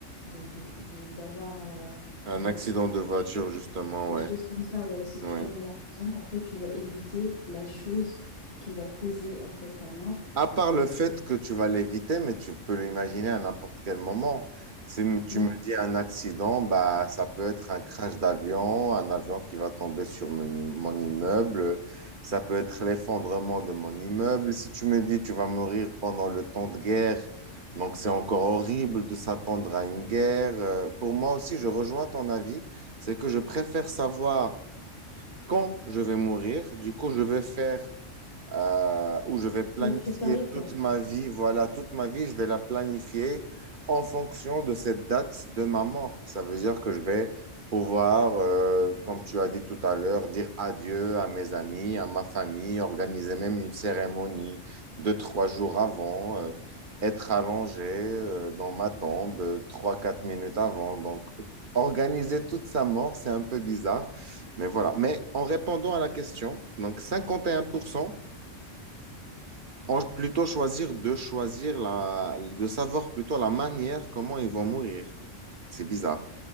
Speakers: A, on the left; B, on the right.
A: de, de, de- d'avoir euh,
B: Un
A: un
B: accident
A: accident
B: de voiture,
A: de voiture,
B: justement,
A: des
B: ouais.
A: choses comme ça, ouais. Si
B: Ouais.
A: tu connais la raison, en fait, tu vas éviter la chose qui va causer, en fait, ta mort.
B: À part le fait que tu vas l'éviter, mais tu peux l'imaginer à n'importe quel moment. Si m- tu
A: Ouais,
B: me dis un accident, bah, ça peut être un crash d'avion, un avion qui va tomber sur mon, im- mon immeuble, ça peut être l'effondrement de mon immeuble. Si tu me dis tu vas mourir pendant le temps de guerre, donc c'est encore horrible de s'attendre à une guerre. Euh, pour moi aussi, je rejoins ton avis, c'est que je préfère savoir quand je vais mourir. Du coup, je vais faire euh, où je vais planifier
A: tu vas te préparer, quoi.
B: toute ma vie. Voilà, toute ma vie, je vais la planifier en fonction de cette date de ma mort. Ça veut dire que je vais pouvoir, euh, comme tu as dit tout à l'heure, dire adieu à mes amis, à ma famille, organiser même une cérémonie deux, trois jours avant, euh, être allongé, euh, dans ma tombe euh, trois, quatre minutes avant. Donc, organiser toute sa mort, c'est un peu bizarre. Mais voilà. Mais en répondant à la question, donc 51% on plutôt choisir de choisir la, de savoir plutôt la manière comment ils vont mourir. C'est bizarre.